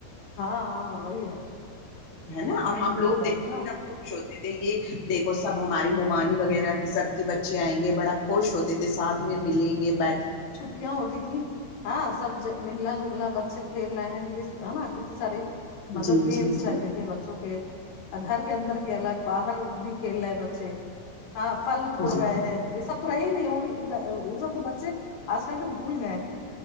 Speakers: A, on the left (about 85°); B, on the left (about 70°).
A: ہاں ہاں وہی ہے
B: ہے نا اور ہم
A: وہی
B: لوگ
A: بات
B: دیکھتے
A: نا
B: خوش ہوتے تھے یہ دیکھو سب ہماری ممانی وغیرہ کی سب کے بچے آئیں گے بڑا خوش ہوتے تھے ساتھ میں ملیں گے بیٹری
A: یہاں ہوتی تھی ہاں سب ملنا جلنا بچے کھیل رہے ہیں یہ ہے نا کتنی ساری مطلب
B: جی
A: گیمس
B: جی
A: رہتے
B: جی
A: تھے بچوں کے اور گھر کے اندر کے الگ باہر بھی کھیل رہے ہیں بچے ہاں پھل توڑ
B: جی
A: رہے ہیں یہ سب تو رہے ہی نہیں یہ سب تو بچے آج کل کے بھول گئے ہیں